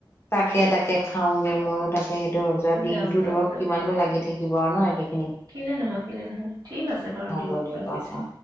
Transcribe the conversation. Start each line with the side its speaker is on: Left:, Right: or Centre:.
Left: তাকে-তাকে খাওঁগে ময়ো তাকে সেইটো ভাবিছো আৰু দিনটো
Right: যাওক যাওক
Left: ধৰক
Right: যাওক
Left: কিমানো লাগি থাকে? থাকিব আৰু ন? একে
Right: কেলে নহয়-কেলে নহয়, ঠিক আছে বাৰু
Left: হ'ব
Right: দিয়ক ৰাখিছো।
Left: অ অ